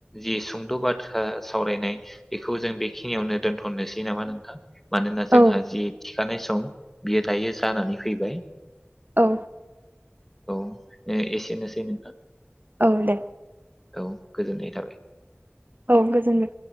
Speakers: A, in the centre; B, on the right.
A: जि सुंद' बाथ्रा सावरायनाय बेखौ जों बेखिनियावनो दोनथ'नोसै नामा नोंथां मानोना जोंहा
B: औ
A: जि थिखानाय सम बेयो दायो जानानै फैबाय
B: औ
A: औ एसेनोसै नोंथां।
B: औ दे
A: औ गोजोननाय थाबाय।
B: औ गोजोन्थों।